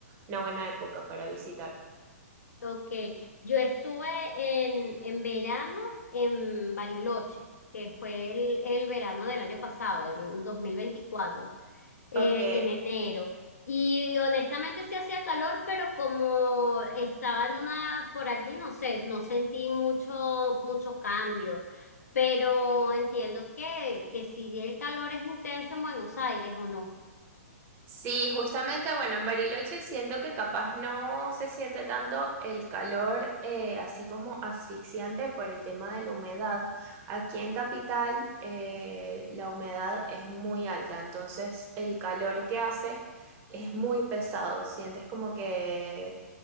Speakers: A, on the right; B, on the left.
A: una buena época para visitar.
B: Ok, yo estuve en, en verano en Bariloche, que fue el, el verano del año pasado, el 2024, eh,
A: Ok.
B: en enero. Y honestamente sí hacía calor, pero como estaba en una, por allí, no sé, no sentí mucho, mucho cambio. Pero entiendo que, que si el calor es intenso en Buenos Aires o no.
A: Sí, justamente, bueno, en Bariloche siento que capaz no se siente tanto el calor eh, así como asfixiante por el tema de la humedad. Aquí en Capital eh, la humedad es muy alta, entonces el calor que hace es muy pesado. Sientes como que,